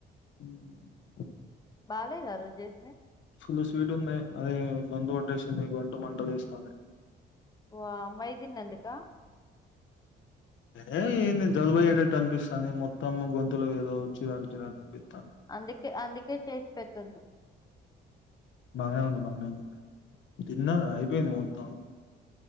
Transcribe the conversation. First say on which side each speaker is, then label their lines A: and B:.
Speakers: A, on the left; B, on the left.
A: హ్మ్
B: బాలేదా ఆరోజ్ చేసినయ్
A: ఫుల్ స్వీట్ ఉంది అదే గొంతు పట్టేసింది గొంతు మంట లేస్తాంది
B: వామ్మో ఇది తిన్నందుకా
A: అదే ఏంది జలుబయేటట్టు అనిపిస్తాంది మొత్తం గొంతులో ఏదో చిరాకు చిరాకు అనిపిత్
B: అందుకే అందుకే చేస్ పెట్టొద్దు
A: బాగానే ఉంది బాగానే ఉంది తిన్నాగా అయిపోయింది మొత్తం